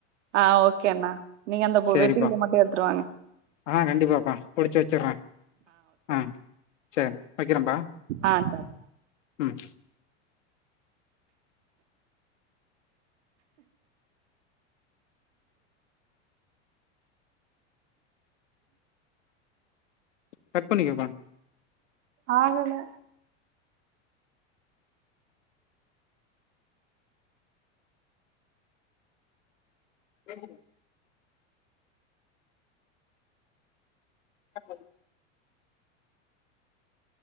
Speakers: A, on the right; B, on the left.
A: ஆ ஓகே அண்ணா நீங்க அந்த போ
B: சேரிப்பா
A: வெட்டி இத மட்டும் எடுத்துட்டுவாங்க
B: ஆ கண்டிப்பாப்பா புடிச்சு வச்சுடுற ஆ சேரி வைக்கிறேன்பா
A: ஆ சரி
B: ம் கட் பண்ணிக்க பா
A: ஆகல
B: ம் <inaudible> அ உம்